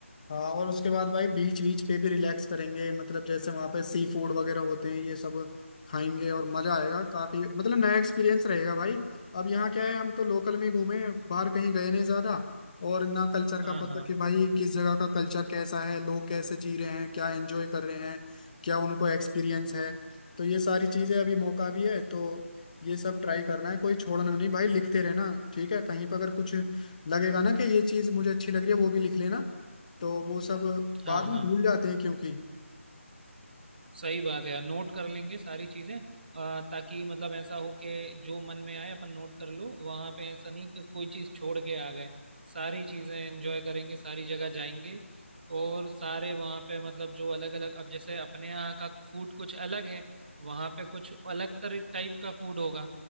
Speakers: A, on the left; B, on the right.
A: हाँ और उसके बाद भाई बीच बीच पे भी रिलैक्स करेंगे मतलब जैसे वहां पे सी फूड वगैरह होते हैं ये सब खाएंगे और मजा आएगा काफी मतलब नया एक्सपीरियंस रहेगा भाई अब यहाँ क्या है हम तो लोकल में ही घूमे बाहर कहीं गए नहीं ज्यादा और ना कल्चर का
B: हाँ
A: पता
B: हाँ
A: कि भाई किस जगह का कल्चर कैसा है लोग कैसे जी रहे हैं क्या एंजॉय कर रहे हैं क्या उनको एक्सपीरियंस है तो ये सारी चीजें अभी मौका भी है तो ये सब ट्राई करना है कोई छोड़ना नहीं भाई लिखते रहना ठीक है कहीं पर अगर कुछ लगेगा ना कि ये चीज मुझे अच्छी लग रही है वो भी लिख लेना तो वो सब
B: हाँ
A: बाद
B: हाँ
A: में भूल जाते हैं क्योंकि
B: सही बात है यार नोट कर लेंगे सारी चीजें अ, ताकि मतलब ऐसा हो कि जो मन में आए अपन नोट कर लो वहां पे ऐसा नहीं कि कोई चीज छोड़ के आ गए सारी चीजें एंजॉय करेंगे सारी जगह जाएंगे और सारे वहां पे मतलब जो अलग अलग अब जैसे अपने यहाँ का फूड कुछ अलग है वहां पे कुछ अलग तरह टाइप का फूड होगा